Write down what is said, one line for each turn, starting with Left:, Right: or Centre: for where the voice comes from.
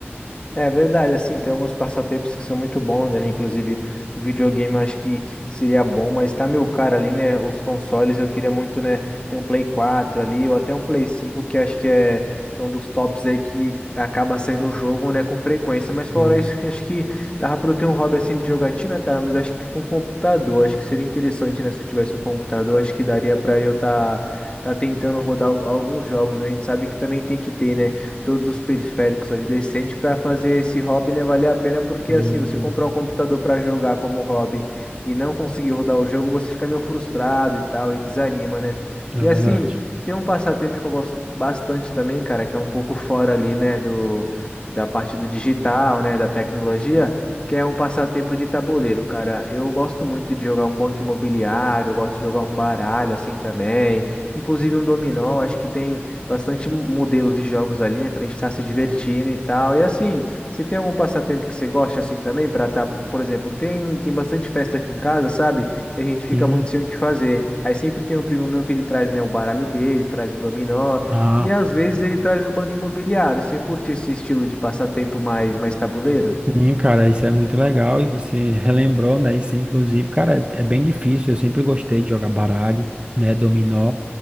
Left: É verdade, assim, tem alguns passatempos que são muito bons, né? Inclusive, o videogame eu acho que seria bom, mas tá meu caro ali, né? Os consoles eu queria muito, né? Ter um Play 4 ali, ou até um Play 5, que acho que é, que é um dos tops aí que acaba saindo o jogo, né? Com frequência. Mas fora
Right: Hum,
Left: isso, que acho que dava pra eu ter um hobby assim de jogatina, cara, mas acho que com computador, acho que seria interessante, né? Se eu tivesse um computador, acho que daria pra eu tá, tá tentando rodar al- alguns jogos, né? A gente sabe que também tem que ter, né? todos os periféricos ali decente para fazer esse hobby, né, valer a pena, porque
Right: hum.
Left: assim, você comprar um computador para jogar como hobby e não conseguir rodar o jogo, você fica meio frustrado e tal, e desanima, né?
Right: É
Left: E assim,
Right: verdade.
Left: tem um passatempo que eu gosto bastante também, cara, que é um pouco fora ali, né, do, da parte do digital, né, da tecnologia, que é um passatempo de tabuleiro, cara. Eu gosto muito de jogar um banco imobiliário, eu gosto de jogar um baralho assim também, inclusive um dominó, acho que tem bastante modelos de jogos ali, né, pra gente estar se divertindo e tal. E assim, se tem algum passatempo que você gosta assim também pra estar por exemplo, tem tem bastante festa aqui em casa, sabe? E a gente fica
Right: Sim.
Left: muito sem o que fazer. Aí sempre tem um primo meu que ele traz, né, o baralho dele, traz o dominó,
Right: Ah,
Left: e às vezes ele traz um banco imobiliário. Você curte esse estilo de passatempo mais mais tabuleiro?
Right: sim, cara, isso é muito legal e você relembrou, né? Isso, inclusive, cara, é é bem difícil. Eu sempre gostei de jogar baralho, né? Dominó